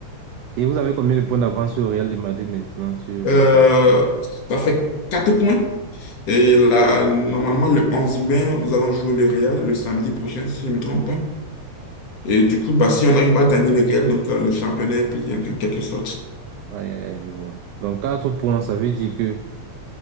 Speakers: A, on the right (about 80°); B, on the left (about 60°).
A: Et vous avez combien de points d'avance sur le Real de Madrid maintenant sur le
B: Euh,
A: tableau?
B: ça fait 4 points. Et là, normalement, le 11 mai, nous allons jouer le Real le samedi prochain, si je ne me trompe pas. Et du coup, bah, si on arrive à gagner le Real, donc euh, le championnat est plié en en quelque sorte.
A: Ouais, ouais, ouais, je vois. Donc, 4 points, ça veut dire que